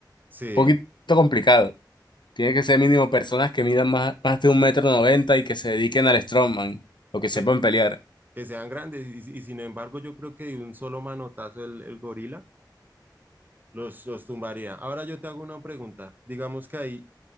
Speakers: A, on the right; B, on the left.
A: sí,
B: un poquito complicado. Tiene que ser mínimo personas que midan más, más de un metro noventa y que se dediquen al strongman o que sepan
A: que,
B: pelear.
A: que sean grandes y, y sin embargo yo creo que de un solo manotazo el, el gorila los, los tumbaría. Ahora yo te hago una pregunta, digamos que hay